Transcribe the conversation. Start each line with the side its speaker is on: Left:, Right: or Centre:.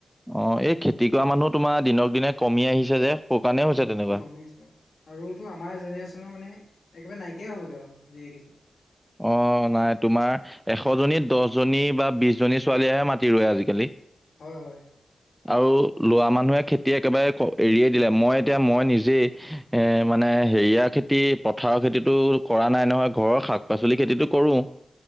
Centre: অ', এই খেতি কৰা মানুহ তোমাৰ দিনক দিনে কমি আহিছে যে শুকানেই হৈছে তেনেকুৱা
Left: বুজিলো বাৰু আৰুতো আমাৰ জেনেৰেশ্যনৰ মানে একেবাৰে নাইকিয়াই হ'বগৈ আৰু যি দেখিছো
Centre: অ', নাই তোমাৰ এশজনী দহজনী বা বিশজনী ছোৱালীয়েহে মাতি ৰয় আজিকালি
Left: হয় হয়।
Centre: আৰু লৰা মানুহে খেতি একেবাৰে এৰিয়ে দিলে মই এতিয়া মই নিজেই এ মানে হেৰিয়াাৰ খেতি পথাৰৰ খেতিতটো কৰা নাই নহয় ঘৰৰ শাক হেৰি খেতিটো কৰো